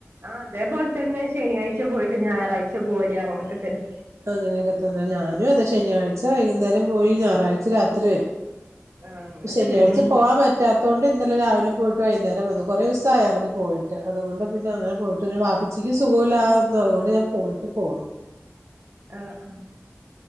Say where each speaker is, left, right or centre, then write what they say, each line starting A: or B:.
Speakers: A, on the right; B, on the right.
A: ആഹ് ഇതേപോലെ തന്നെ ശനിയാഴ്ച്ച പോയിട്ട് ഞായറാഴ്ച്ച പോരാ അങ്ങനൊക്കെ തന്നെ
B: അങ്ങനെയൊക്കെ തന്നെ ഞാനും അതേ ശനിയായിച്ച വൈകുന്നേരം പോയി ഞായറാഴ്ച്ച രാത്രി വരും
A: ആ അങ്ങനൊക്കെ
B: ശനിയാഴിച്ച
A: തന്നെ
B: പോവാൻ പറ്റാ ത്തോണ്ട് ഇന്നലെ രാവിലെ പോയിട്ട് വൈകുന്നേരം വന്ന് കുറേ ദിവസം ആയാരുന്നു പോയിട്ട് അതുകൊണ്ട് പിന്നെ അങ്ങനെ പോയിട്ട് ഒര് വാ പ്പച്ചിക്ക് സുഖമില്ലാന്നു അതുകൊണ്ട് ഞാൻ പോയിട്ട് പോന്ന്
A: ആഹ് ആഹ്